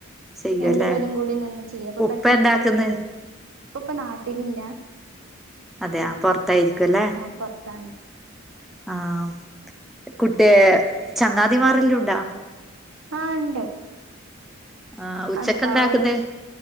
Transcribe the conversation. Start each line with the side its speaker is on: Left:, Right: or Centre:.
Centre: ചെയ്യുവല്ലേ
Right: രണ്ടുപേരും കൂടി നിന്ന്. ചെയ്യ അപ്പൊ
Centre: ഉപ്പ
Right: പെട്ടെന്ന്
Centre: എന്താക്കുന്ന്
Right: കഴിയല്ലോ ഇപ്പ ഇപ്പൊ നാട്ടിലില്ല.
Centre: അതെയ പെറ്ത്തായിരിക്കുംല്ലേ.
Right: ആ പൊറത്താണ്
Centre: ആഹ് കുട്ടി ചങ്ങാതിമാറെല്ലുണ്ടോ?
Right: ആഹ് ഇണ്ട്.
Centre: ആഹ് ഉച്ചക്കെന്താക്കുന്നെ
Right: അത് അവര്